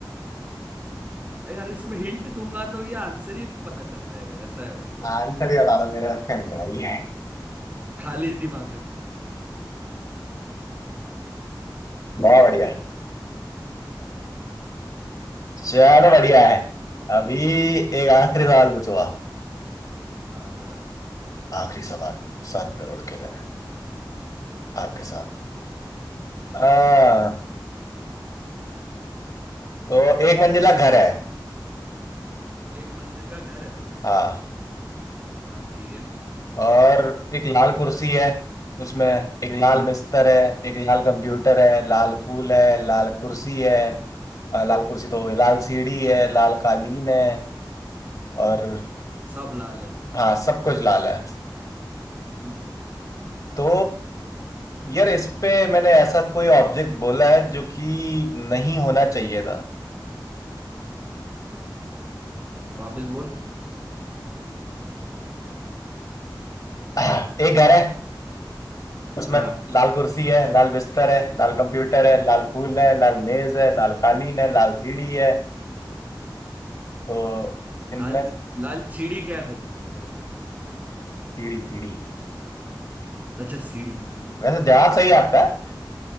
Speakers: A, on the right (about 20°); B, on the left (about 45°).
A: यार इसमें हिंट दूंगा तो ये आंसर ही पता चल जाएगा ऐसा है वो थोड़ा
B: आंसर ही बता दो मेरे हाथ में नहीं आई है
A: खाली दिमाग
B: बहुत बढ़िया
A: <laughs>
B: चलो बढ़िया है अभी एक आखिरी सवाल पूछूंगा
A: हाँ बता
B: आखिरी सवाल सात करोड़ के लिए आपके
A: बताइए
B: साथ
A: हाँ
B: हाँ तो एक मंजिला घर है
A: एक मंजिल का घर है
B: हाँ
A: हाँ ठीक है
B: और एक लाल कुर्सी है उसमें एक लाल
A: हम्म
B: बिस्तर है एक लाल कंप्यूटर है लाल फूल है लाल कुर्सी है अ, लाल कुर्सी तो हो
A: हम्म
B: गई लाल सीढ़ी है लाल कालीन है और
A: सब लाल है
B: हाँ सब कुछ लाल है
A: हम्म
B: तो यार इस पे मैंने ऐसा कोई ऑब्जेक्ट बोला है जो कि नहीं होना चाहिए था
A: वापस बोल
B: <clears throat> आह, एक घर है उसमें
A: हाँ
B: लाल कुर्सी है लाल बिस्तर है लाल कंप्यूटर है लाल फूल है लाल मेज है लाल कालीन है लाल सीढ़ी है तो इनमें
A: लाल लाल चिड़ी क्या कर रही है घर में
B: सीढ़ी सीढ़ी
A: अच्छा सीढ़ी सीढ़ी
B: वैसे जवाब सही आता है